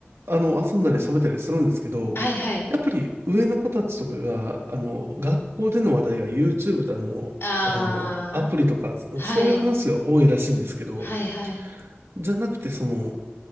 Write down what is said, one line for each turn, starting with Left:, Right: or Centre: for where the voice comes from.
Right: あの、遊んだり喋ったりするんですけど、
Left: はいはい。
Right: やっぱり上の子たちとかが、あの、学校での話題が YouTube だの、
Left: あ
Right: あの、アプリとか、そのそういう話が多いらしいんですけど、
Left: あ、はい、はいはい。
Right: じゃなくて、その、